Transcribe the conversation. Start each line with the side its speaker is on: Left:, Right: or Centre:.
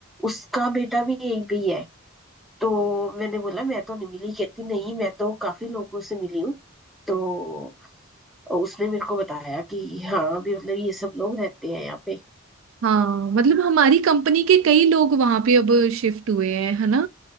Centre: उसका बेटा भी यहीं पे ही है तो मैंने बोला मैं तो नहीं मिली कहती नहीं मैं तो काफी लोगों से मिली हूँ तो उसने मेरे को बताया कि हाँ भी मतलब ये सब लोग रहते हैं यहाँ पे
Right: हाँ मतलब हमारी कंपनी के कई लोग वहां पे अब शिफ्ट हुए हैं है ना